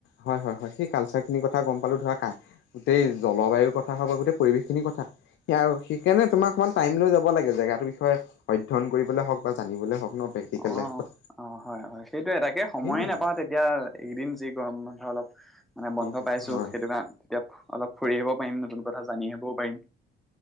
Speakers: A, on the left (about 70°); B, in the centre.
A: হয় হয় হয় সেই কালচাৰ খিনিৰ কথা গম পালো ধৰা গোটেই জলবায়ুৰ কথা হওক বা গোটেই পৰিৱেশ খিনিৰ কথা স সেই কাৰণে তোমাক অমান টাইম লৈ যাব লাগে জেগাটোৰ বিষয়ে অধ্য়ন কৰিবলে হওঁক বা জানিবলৈ হওক ন প্ৰেক্টিকেল
B: অ
A: লাইফত
B: অ হয় হয় সেইটোয়ে তাক তে সময়ে
A: সেইখিনিয়ে
B: নাপাওঁ তেতিয়া এইকেইদিন যি গম মলপ মানে বন্ধ
A: হয় হয়
B: পাইছো
A: হয়
B: সেইটো কাৰণ তেতিয়া অলপ ফুৰি আহিব পাৰিম নতুন কথা জানি আহিবও পাৰিম